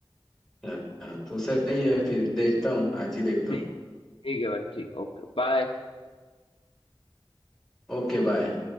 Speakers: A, in the centre; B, on the left.
A: हाँ, तो सही है फिर देखता हूँ आज ही देखता
B: ठीक
A: हूँ
B: ठीक है भाई ठीक ओके बाय
A: Okay bye